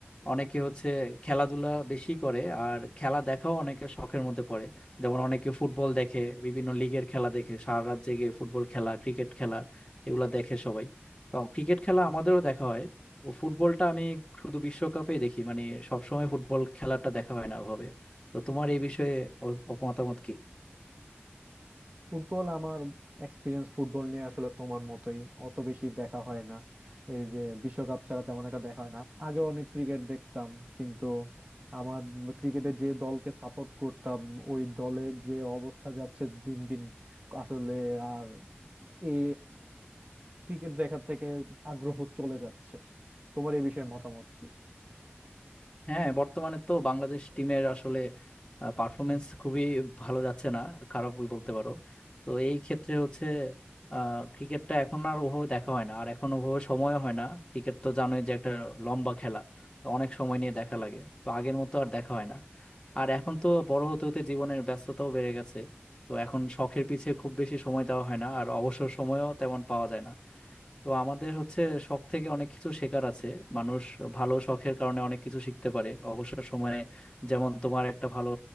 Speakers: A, on the left; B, on the right.
A: অনেকে হচ্ছে খেলাধুলা বেশি করে আর খেলা দেখাও অনেকের শখের মধ্যে পড়ে যেমন অনেকে ফুটবল দেখে বিভিন্ন লিগের খেলা দেখে সারা রাত জেগে ফুটবল খেলা ক্রিকেট খেলা এগুলা দেখে সবাই তো ক্রিকেট খেলা আমাদেরও দেখা হয় ও ফুটবলটা আমি শুধু বিশ্বকাপেই দেখি মানে সবসময় ফুটবল খেলাটা দেখা হয় না ওভাবে তো তোমার এই বিষয়ে অ- অ- মতামত কি
B: ফুটবল আমার এক্সপিরিয়েন্স ফুটবল নিয়ে আসলে তোমার মতোই অত বেশি দেখা হয় না এই যে বিশ্বকাপ ছাড়া তেমন একটা দেখা হয় না আগে অনেক ক্রিকেট দেখতাম কিন্তু আমার ক্রিকেটে যে দলকে সাপোর্ট করতাম ওই দলের যে অবস্থা যাচ্ছে দিন দিন আসলে আর এ ক্রিকেট দেখার থেকে আগ্রহ চলে যাচ্ছে তোমার এই বিষয়ে মতামত কি
A: হ্যাঁ বর্তমানে তো বাংলাদেশ টিমের আসলে পারফরমেন্স খুবই ভালো যাচ্ছে না খারাপ বলতে পারো তো এই ক্ষেত্রে হচ্ছে আহ, ক্রিকেটটা এখন আর ওভাবে দেখা হয় না আর এখন ওভাবে সময়ও হয় না ক্রিকেট তো জানোই যে একটা লম্বা খেলা তো অনেক সময় নিয়ে দেখা লাগে তো আগের মতো আর দেখা হয় না আর এখন তো বড় হতে হতে জীবনের ব্যস্ততাও বেড়ে গেছে তো এখন শখের পিছে খুব বেশি সময় দেওয়া হয় না আর অবসর সময়ও তেমন পাওয়া যায় না তো আমাদের হচ্ছে শখ থেকে অনেক কিছু শেখার আছে মানুষ ভালো শখের কারণে অনেক কিছু শিখতে পারে অবসর সময়ে যেমন তোমার একটা ভালো